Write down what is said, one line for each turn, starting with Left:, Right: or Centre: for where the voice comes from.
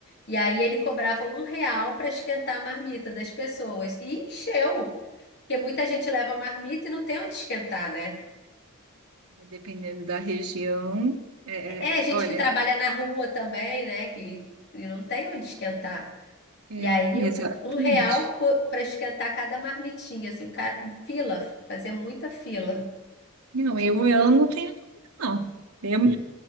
Left: E aí ele cobrava um real para esquentar a marmita das pessoas. E encheu, porque muita gente leva marmita e não tem onde esquentar, né?
Right: é, dependendo da região. é,
Left: É,
Right: é,
Left: gente
Right: olha,
Left: que trabalha na rua também, né? Que, que não tem onde esquentar.
Right: é,
Left: E aí,
Right: exatamente.
Left: o- um real para esquentar cada marmitinha, assim, o cara, fila, fazia muita fila.
Right: Não, eu, eu não tenho dúvida, não. Eu-